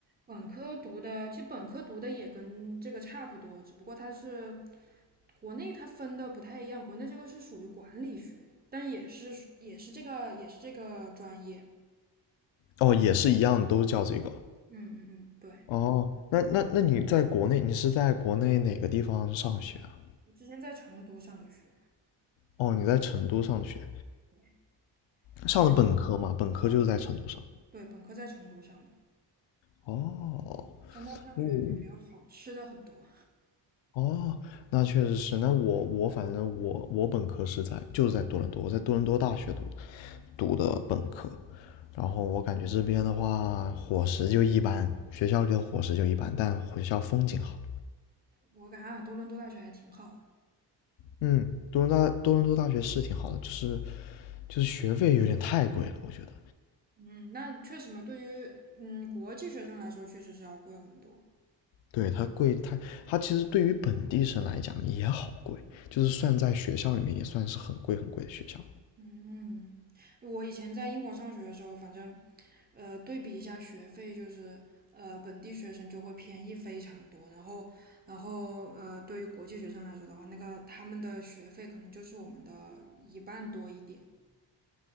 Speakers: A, on the right; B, on the left.
A: 本科读的，其实本科读的也跟这个差不多，只不过它是国内它分的不太一样，国内这个是属于管理学，但也是也是这个也是这个专业。
B: 哦，也是一样，都叫这个。
A: 嗯嗯嗯，对，
B: 哦，那那那你在国内，你是在国内哪个地方上学啊？
A: 我之前在成都上的学，
B: 哦，你在成都上的学，
A: 对，
B: 上的本科嘛，
A: 就还
B: 本科就是在成都上。
A: 上的对本科在成都上的，
B: 哦，
A: 在那儿上学比比较好，
B: 哦，
A: 吃的很多。
B: 哦，那确实是。那我我反正我我本科是在就是在多伦多，我在多伦多大学读读的本科，然后我感觉这边的话伙食就一般，学校里的伙食就一般，但学校风景好。
A: 我感觉啊，多伦多大学还挺好的。
B: 嗯，多伦多多伦多大学是挺好的，就是就是学费有点太贵了，我觉得。
A: 嗯，那确实嘛，对于嗯国际学生来说，确实是要贵很多。
B: 对，它贵，它它其实对于本地生来讲也好贵，就是算在学校里面也算是很贵很贵的学校。
A: 嗯，我以前在英国上学的时候，反正，呃，对比一下学费，就是呃，本地学生就会便宜非常多，然后，然后呃，对于国际学生来说的话，那个他们的学费可能就是我们的一半多一点，